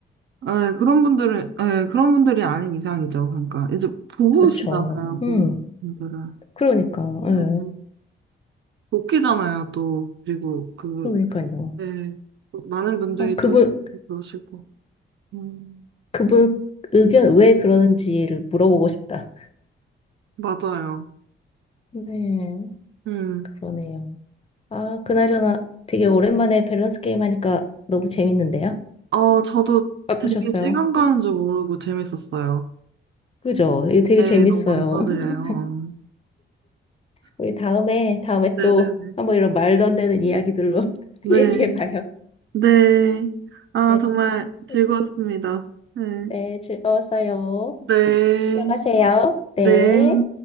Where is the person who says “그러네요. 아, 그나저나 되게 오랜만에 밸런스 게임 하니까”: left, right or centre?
Left